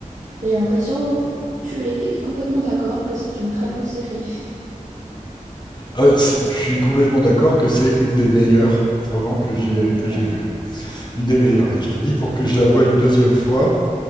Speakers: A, on the right (about 65°); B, on the left (about 30°).
A: J'ai l'impression, tu es complètement d'accord que c'est une très bonne série.
B: Euh, c'est- je suis complètement d'accord que c'est une des meilleures vraiment que j'ai
A: Une Des meilleures.
B: que j'ai vue. Une des meilleures. Et je te dis pour que je la voie une deuxième fois,